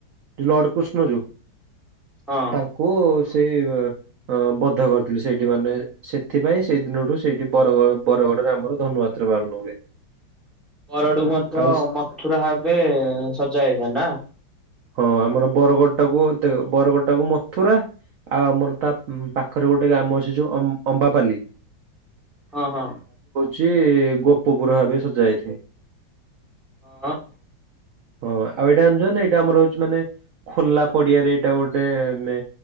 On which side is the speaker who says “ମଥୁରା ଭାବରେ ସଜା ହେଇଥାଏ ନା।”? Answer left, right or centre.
Centre